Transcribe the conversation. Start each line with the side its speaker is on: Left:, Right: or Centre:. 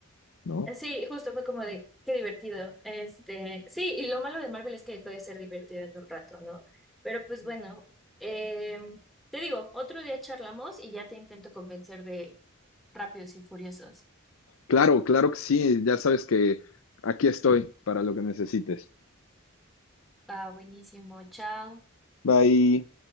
Left: ¿no?
Centre: Sí, justo fue como de, qué divertido. Este, sí, y lo malo de Marvel es que dejó de ser divertido en un rato, ¿no? Pero pues bueno, eh, te digo, otro día charlamos y ya te intento convencer de Rápidos y Furiosos.
Left: Claro, claro que sí, ya sabes que aquí estoy para lo que necesites.
Centre: Va, buenísimo, chao.
Left: Bye.